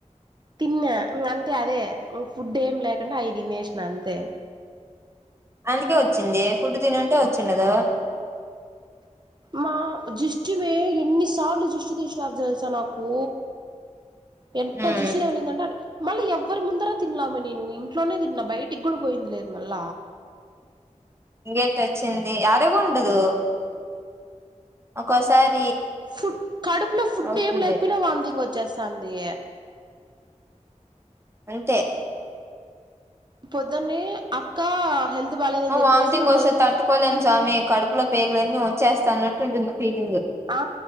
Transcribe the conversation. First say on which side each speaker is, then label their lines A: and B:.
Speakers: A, on the right; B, on the right.
A: తిన్నా ఇం అంతే అదే ఫుడ్ ఏం లేకుండా అవి తినేసిన అంతే
B: అందుకే వచ్చింది ఫుడ్ తినింటే వచ్చిండదు
A: మా దిష్టిమే ఎన్నిసార్లు జిష్టు తీసినారు తెలుసా నాకూ ఎంత
B: హ్మ్
A: దిష్టి తగిలాంటే మళ్ళీ ఎవ్వరి ముందర తినాలె మ నేను ఇంట్లోనే తిన్నా బయటికి గుడి పోయింది లేదు మళ్ళ
B: ఇ గేట్ వచ్చింది అరిగుండదు ఒకోసారి
A: ఫుడ్ కడుపులో ఫుడ్
B: అవుతుంది
A: ఏం లేకపోయినా వాంథింగ్ వత్ చేస్తాంది
B: అంతే
A: పొద్దునే అక్క హెల్త్ బాలేదని
B: వామిటింగ్
A: చెప్పేసి ఇంగ
B: వస్తే
A: మళ్ళ
B: తట్టుకోలేం స్వామి కడుపులో పేగులన్నీ వ చేస్తా అన్నట్టుంటుంది ఫీలింగ్
A: ఆ